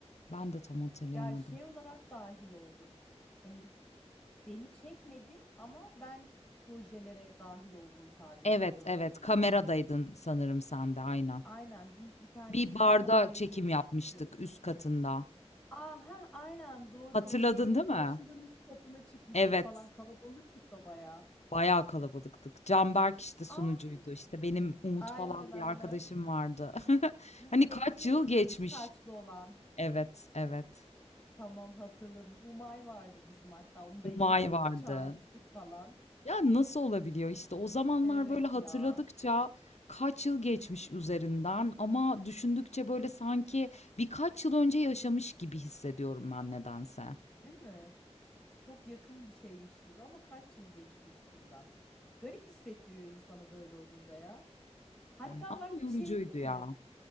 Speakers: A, on the left (about 75°); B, in the centre.
A: Ben de tam hatırlayamadım.
B: Ya şey olarak dahil oldum. Hani beni çekmedin ama ben projelere dahil oldum sadece
A: Evet,
B: diye hatırlıyorum.
A: evet, kameradaydın sanırım sen de, aynen.
B: Aynen bir bir tanesinde
A: Bir barda
B: kameraya
A: çekim
B: geçmiştim.
A: yapmıştık üst katında.
B: Aha aynen doğru
A: Hatırladın
B: şeyin social'ın
A: değil mi?
B: üst katına çıkmıştık
A: Evet.
B: falan kalabalıktık da bayağı.
A: Bayağı kalabalıktık. Canberk, işte, sunucuydu.
B: Aa,
A: İşte, benim Umut
B: aynen
A: falan
B: aynen.
A: bir arkadaşım vardı. <laughs>
B: Bu
A: Hani
B: şey
A: kaç
B: değil mi
A: yıl
B: kıvırcık
A: geçmiş.
B: saçlı olan.
A: Evet, evet.
B: Tamam hatırladım. Umay vardı bizim hatta onu da
A: Umay
B: ikna edip
A: vardı.
B: çağırmıştık falan.
A: Ya, nasıl olabiliyor? İşte, o zamanlar,
B: Evet
A: böyle, hatırladıkça
B: ya.
A: kaç yıl geçmiş üzerinden ama düşündükçe, böyle, sanki birkaç yıl önce yaşamış gibi hissediyorum ben nedense.
B: Değil mi? Çok yakın bir şeymiş gibi ama kaç yıl geçti üstünden. Garip hissettiriyor insana böyle olunca ya. Hatta
A: ama
B: bak
A: yorucuydu
B: bir şey diyeyim mi?
A: ya.